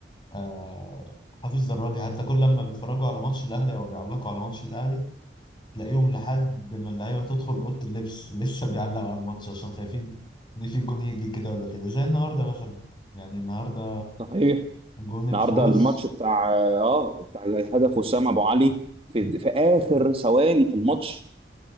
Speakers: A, on the left; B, on the right.
A: آه، حفيظ دراجي حتى كل لما بيتفرجوا على ماتش الاهلي او بيعلقوا على ماتش الاهلي تلاقيهم لحد ما اللعيبه تدخل اوضه اللبس <laughs> لسه بيعلقوا على الماتش عشان خايفين ان في جون يجي كده ولا كده زي النهارده مثلا يعني النهارده
B: صحيح.
A: جون الفوز
B: النهارده الماتش بتاع اه بتاع هدف وسام ابو علي في في اخر ثواني في الماتش